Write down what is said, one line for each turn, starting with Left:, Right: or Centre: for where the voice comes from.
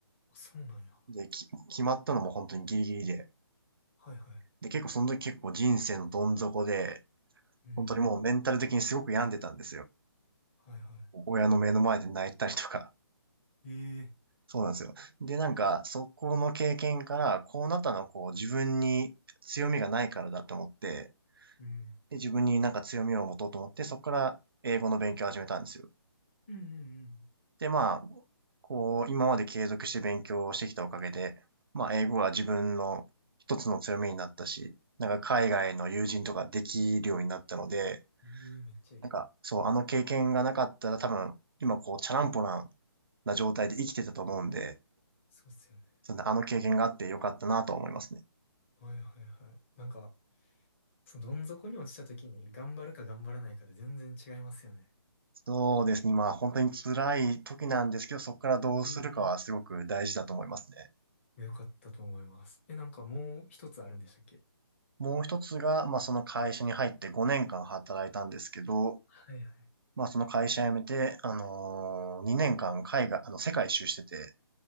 Left: あそうなんや。
Right: で、き、決まったのも本当にギリギリで。
Left: はいはい。
Right: で、結構その時結構人生のどん底で、
Left: うんうん。
Right: 本当にもうメンタル的にすごく病んでたんですよ。
Left: はいは
Right: 親の目の前で泣いたりとか。
Left: い。ええ
Right: そうなんですよ。で、なんか、そこの経験から、こうなったのはこう自分に強みがないからだと思って、
Left: うん。
Right: で、自分になんか強みを持とうと思って、そこから英語の勉強を始めたんですよ。
Left: うんうん
Right: で、まあ、こう、今まで継続して勉強をしてきたおかげで、まあ、英語は自分の一つの強みになったし、なんか海外の友人とかできるようになったので、
Left: うん。ええめっちゃいい。
Right: なんか、そう、あの経験がなかったら多分、今こう、チャランポランな状態で生きてたと思うんで、
Left: そうっすよね。
Right: そんなあの経験があってよかったなと思いますね。
Left: はいはいはい。なんか、そのどん底に落ちた時に頑張るか頑張らないかで全然違いますよね。
Right: そうですね。まあ本当に辛い時なんですけど、そこからどうするかはすごく大事だと思いますね。
Left: うんうん。いやよかったと思います。え、なんかもう一つあるんでしたっけ
Right: もう一つが、まあその会社に入って5年間働いたんですけど、
Left: はいはい。
Right: まあその会社辞めて、あのー、2年間海外、あの、世界一周してて、